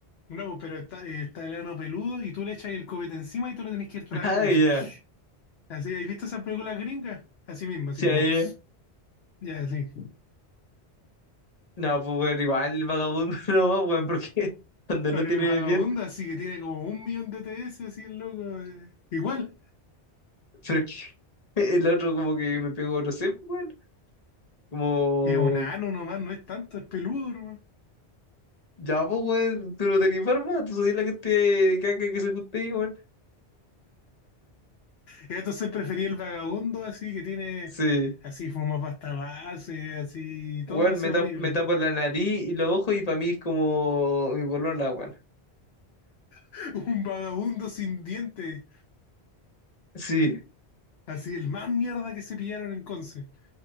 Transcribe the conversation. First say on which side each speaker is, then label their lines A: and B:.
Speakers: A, on the left; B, on the left.
A: No, pues, pero está, eh, está el ano peludo y tú le echas el copete encima y tú lo tenés que ir tragando
B: <laughs> Ah, ya,
A: así. Así, ¿has visto esas películas gringas? Así mismo, así
B: ya,
A: como,
B: ya.
A: pss, ya así.
B: No, pues, weón, igual vagabundo <laughs> nomás, weón, porque <laughs> cuando
A: Con
B: no tiene
A: el vagabundo,
B: dientes,
A: así que tiene como un millón de TS, así el loco. eh. Igual,
B: pero es que <laughs> el otro como que me pegó, no sé, pues, weón, como,
A: es un ano nomás, no es tanto, es peludo nomás.
B: ya, pues, weón, tú no tenés barba, tú soy la que te de caca que se junta ahí, weón.
A: Y entonces preferí el vagabundo, así que tiene,
B: Sí,
A: así fuma pasta base, así,
B: weón,
A: todo así
B: me,
A: horrible.
B: tap- me tapo la nariz y los ojos y para mí es como mi polola, weón.
A: <laughs> Un vagabundo sin dientes,
B: Sí,
A: así el más mierda que se pillaron en Conce.